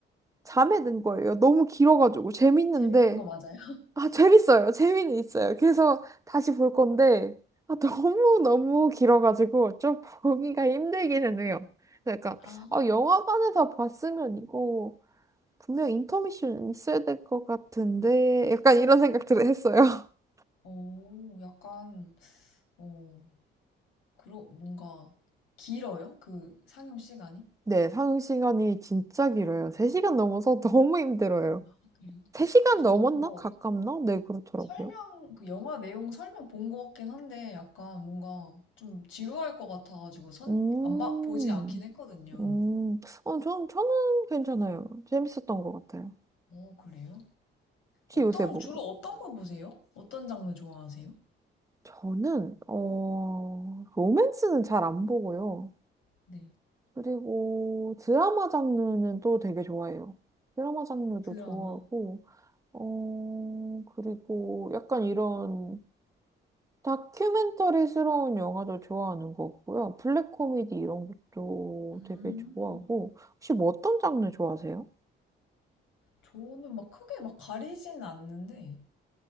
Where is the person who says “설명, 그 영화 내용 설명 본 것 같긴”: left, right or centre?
Left